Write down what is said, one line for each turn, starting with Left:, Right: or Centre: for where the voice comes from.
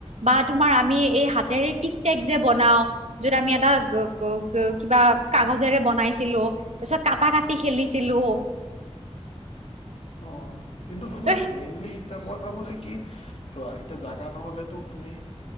Right: বা। তোমাৰ আমি এই হাতেৰে টিকটেক যে বনাও যত আমি এটা। কিবা কাগজেৰে বনাইছিলো তাৰ পিছত কটা কাটি খেলিছিলো!
Left: অ কিন্তু তোমাৰ
Right: ত
Left: মেইনলি এ। মই ভাবো যে কি চোৱা এতিয়া জাগা নহলেতো তুমি